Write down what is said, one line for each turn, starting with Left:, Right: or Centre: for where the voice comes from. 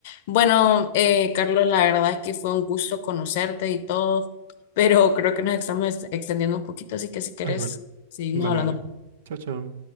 Left: Bueno, eh, Carlos, la verdad es que fue un gusto conocerte y todo, pero creo que nos estamos extendiendo un poquito, así que si quieres,
Right: Ah, igual.
Left: seguimos
Right: Dale,
Left: hablando.
Right: dale. Chao, chao.